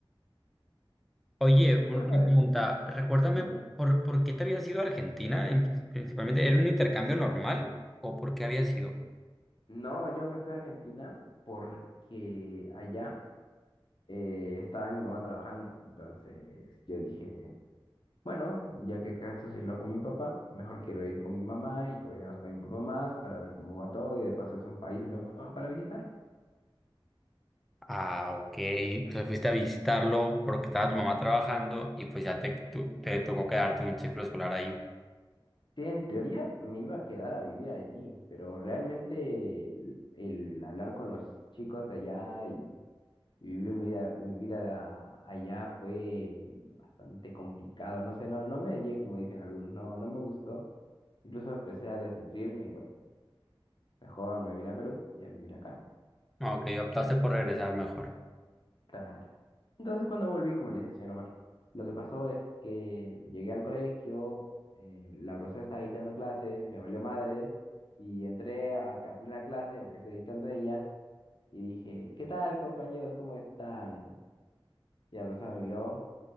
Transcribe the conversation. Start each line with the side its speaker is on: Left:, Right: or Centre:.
Centre: Oye, un-
Left: Pero,
Centre: una
Left: ¿sabes?
Centre: pregunta. Recuérdame,
Left: Dime, dime.
Centre: ¿por, por qué te habías ido a Argentina? En- principalmente, ¿era un intercambio normal o por qué habías ido?
Left: No, yo me fui a Argentina porque allá eh, estaba mi mamá trabajando. Entonces yo dije, bueno, ya que acaso se lo con mi papá, mejor quiero ir con mi mamá y pues vamos con mi papá más para ver cómo va todo y de paso es un país nuevo para visitar.
Centre: Ah, ok. Entonces fuiste a visitarlo porque estaba tu mamá trabajando y pues ya te, tu- te tocó quedarte un ciclo escolar ahí.
Left: Sí, en teoría me iba a quedar a vivir allí, pero realmente el, el hablar con los chicos de allá y, y vivir mi vida, mi vida allá fue bastante complicado. No sé, no, no me hallé, como dicen algunos, no, no me gustó. Incluso empecé a desnutrirme y bueno, mejor me vine a Perú y a vivir acá.
Centre: Ah, Ok, optaste por regresar mejor.
Left: Claro. Entonces, cuando volví, como le decía el señor Omar, lo que pasó es que llegué al colegio, eh, la profesora estaba ahí dando clases, me valió madres, y entré a, a plena clase, aunque esté dictando ella, y dije, ¿qué tal, compañeros? ¿Cómo están? Y la profesora me miró,